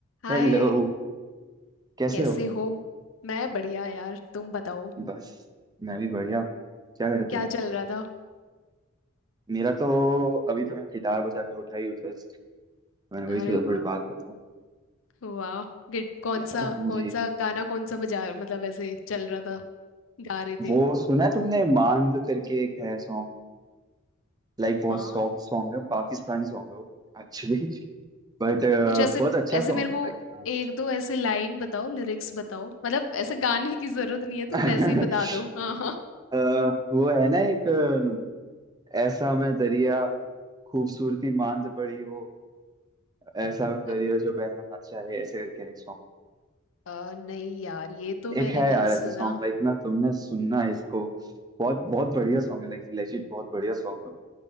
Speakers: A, on the left; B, on the right.
A: हाय
B: Hello कैसे
A: कैसे
B: हो
A: हो मैं बढ़िया यार तुम बताओ
B: बस मैं भी बढ़िया क्या कर रहे
A: क्या
B: थे
A: चल रहा था
B: मेरा तो अभी तो मैं गिटार बजा के उठा ही हूँ जस्ट मैंने वही
A: अरे
B: सोचा थोड़ी
A: वाह
B: बात कर लूँ
A: वाह गिट- कौन
B: हाँ
A: सा
B: जी
A: कौन सा गाना कौन सा बजा मतलब ऐसे चल रहा था गा रहे थे
B: वो सुना है तुमने मांद करके एक है सॉन्ग लाइक बहुत
A: मान
B: सॉफ्ट सॉन्ग है पाकिस्तानी सॉन्ग है वो एक्चुअली बट
A: कुछ ऐसे
B: बहुत अच्छा
A: ऐसे
B: सॉन्ग
A: मेरे को
B: है लाइक हाँ
A: एक दो ऐसे लाइन बताओ लिरिक्स बताओ मतलब ऐसे गाने की जरूरत नहीं है
B: <laughs>
A: तुम वैसे ही बता दो हाँ हाँ
B: अ, वो है ना एक अ, ऐसा मैं दरिया खूबसूरती मांद पड़ी हो ऐसा मैं दरिया
A: अ,
B: जो बहना ना चाहे ऐसे करके है
A: अ, नहीं यार ये तो मैंने
B: एक है यार
A: नहीं
B: ऐसे
A: सुना
B: सॉन्ग लाइक ना तुमने सुनना इसको बहुत बहुत बढ़िया सॉन्ग है लाइक लेजिट बहुत बढ़िया सॉन्ग है